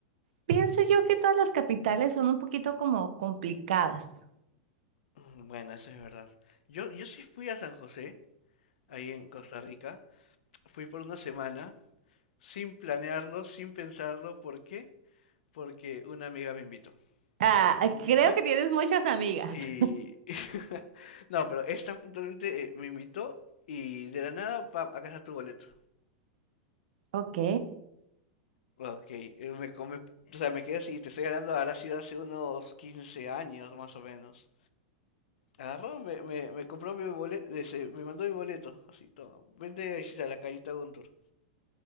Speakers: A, on the right (about 70°); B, on the left (about 75°).
A: pienso yo que todas las capitales son un poquito como complicadas.
B: Mm, Bueno, eso es verdad. Yo, yo sí fui a San José, ahí en Costa Rica. Fui por una semana, sin planearlo, sin pensarlo. ¿Por qué? Porque una amiga me invitó.
A: Ah,
B: Me invitó
A: creo que tienes muchas amigas.
B: y... <laughs> No, pero esta puntualmente eh, me invitó y de la nada, pam, acá está tu boleto.
A: Ok.
B: Ok, eh, me come, o sea, me quedé así, te estoy hablando, ahora, ha sido hace unos 15 años más o menos. Agarró, me, me, me compró mi boleto, me mandó mi boleto, así, toma, vente a visitar la callita Guntur.